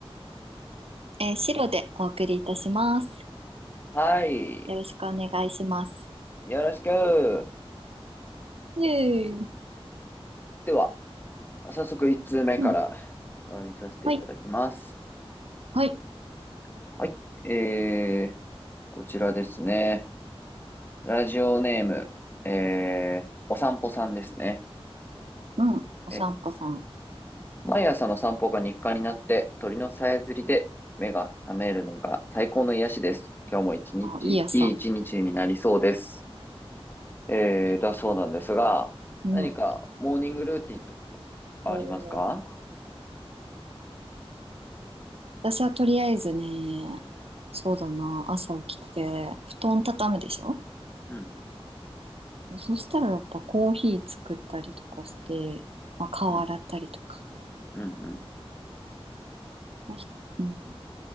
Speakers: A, on the right; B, on the left.
A: えー白でお送りいたします。
B: はい、
A: よろしくお願いします。
B: よろしく。
A: イエーイ。
B: では、早速1通目から
A: うん。
B: お読みさせていただきます。
A: はい。はい。
B: はい。えー、こちらですね。ラジオネーム、えー、お散歩さんですね。
A: うん。お散歩さん。
B: え、毎朝の散歩が日課になって、鳥のさえずりで目が覚めるのが最高の癒しです。今日も一日、
A: あ、いい朝。
B: いい一日になりそうです。えー、だそうなんですが、
A: うん。
B: 何かモーニングルーティンとかありますか
A: おー私はとりあえずね、そうだな、朝起きて、布団畳むでしょ
B: うん、
A: でそしたらやっぱコーヒー作ったりとかして、まあ、顔洗ったりとか。
B: うん、うん、うん。
A: まあひうん。